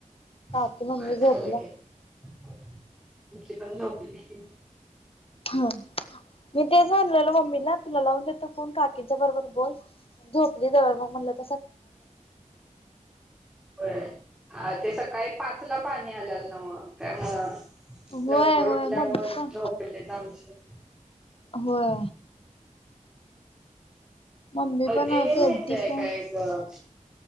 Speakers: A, on the left (about 45°); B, in the centre.
A: काकी
B: होय
A: मम्मी
B: झालं
A: झोपल्या
B: की तुमची पण झोपली असतील.
A: हा मी तेच म्हटलं मम्मीला तुला लावून देते फोन काकी बरोबर बोल झोपली जाऊन
B: होयं हा ते सकाळी पाचला पाणी आलेलं नव्ह हो काय म
A: होय
B: लवकर
A: होय
B: उठल्यामुळ
A: मम्मी पण
B: झोपले जाऊनं
A: होय. मम्मी पण
B: ते हे
A: केलती
B: माहित आहे
A: फोन
B: काय ग